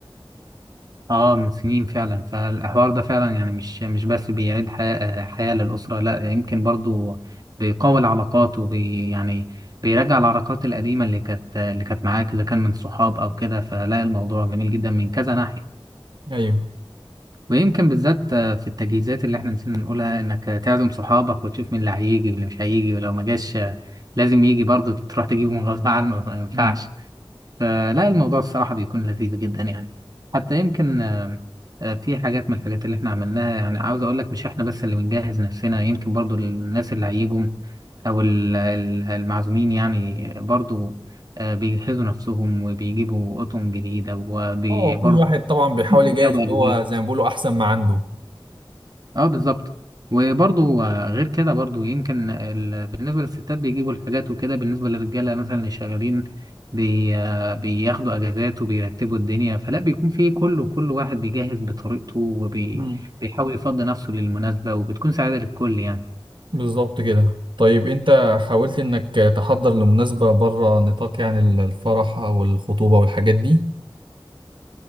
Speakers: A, on the right (about 45°); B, on the right (about 60°).
A: اه من سنين فعلا فالحوار ده فعلا يعني مش مش بس بيعيد حياة حياة للأسرة لا يمكن برضه بيقوي العلاقات وبي يعني بيراجع العلاقات القديمة اللي كانت اللي كانت معاك إذا كان من صحاب أو كده فلا الموضوع جميل جدا من كذا ناحية
B: ايوه
A: ويمكن بالذات في التجهيزات اللي احنا نسينا نقولها إنك تعزم صحابك وتشوف مين اللي هيجي واللي مش هيجي ولو ما جاش لازم يجي برضه تروح تجيبه من غصب عنه ما ينفعش
B: امم
A: فلا الموضوع الصراحة بيكون لذيذ جدا يعني حتى يمكن آه، آه، في حاجات من الحاجات اللي احنا عملناها يعني عاوز اقول لك مش احنا بس اللي بنجهز نفسنا يمكن برضو الناس اللي هيجوا او ال- ال- المعزومين يعني برضو آه، بيجهزوا نفسهم وبيجيبوا اطقم جديدة وبرضو
B: اه كل واحد طبعا بيحاول
A: يمكن
B: يجهز
A: بياخدوا
B: اللي
A: أجهزة
B: هو زي ما بيقولوا احسن ما عنده
A: اه بالظبط وبرضه آه، غير كده برضه يمكن ال... بالنسبة للستات بيجيبوا الحاجات وكده بالنسبة للرجالة مثلا اللي شغالين بي... آه، بياخدوا اجازات وبيرتبوا الدنيا فلا بيكون في كله كل واحد بيجهز بطريقته وبيحاول
B: امم
A: يفضي نفسه للمناسبة وبتكون سعادة للكل يعني
B: بالظبط كده طيب انت حاولت انك تحضر لمناسبه بره نطاق يعني ال- الفرح او الخطوبه والحاجات دي